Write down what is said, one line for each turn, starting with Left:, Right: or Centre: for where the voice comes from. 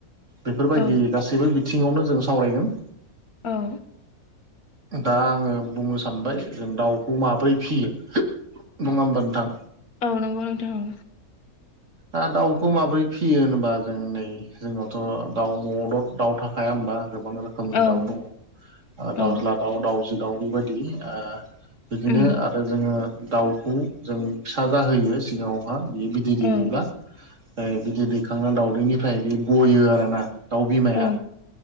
Right: बेफोरबायदि
Left: औ
Right: गासैबो बिथिङावनो जों सावरायगोन
Left: औ
Right: दा आङो बुंनो सानबाय जों दाउखौ माबोरै फियो नङा होमबा नोंथां
Left: औ नंगौ नोंथां औ
Right: ओ दाउखौ माबोरै फियो होनोबा जों नै जोंनावथ' दाउ न'आव' दाउ थाखायाया होमबा गोबां रोखोमनि
Left: औ
Right: दाउ दङ ओ दाउज्ला
Left: औ
Right: दाउ दाउजो दाउ बेबायदि ओ बिदिनो
Left: उम
Right: आरो जोङो दाउखौ जों फिसा जाहोयो सिगांङावहा बियो बिदै दैयोब्ला
Left: औ
Right: बिदै दैखांनानै दावउदैनिफ्राय बियो गयो आरोना दाउ बिमाया
Left: औ